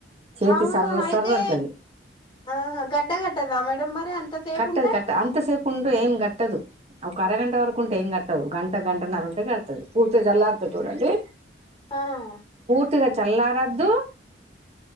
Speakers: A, on the right (about 30°); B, on the left (about 25°).
A: చేతి
B: అవును
A: సర్ర
B: అయితే
A: సర్ర అంటది
B: ఆహ్ గడ్డగట్టాదా మేడమ్ మరి అంతసేపు
A: కట్టదు
B: ఉంటే.
A: కట్ట అంతసేపు ఉంటే ఏం కట్టదు ఒక అరగంట వరకు ఉంటే ఏం కట్టదు. గంట గంటన్నర ఉంటే కడతది పూర్తిగా చల్లారుతది చూడండి.
B: ఆహ్
A: పూర్తిగా చల్లారోద్దు.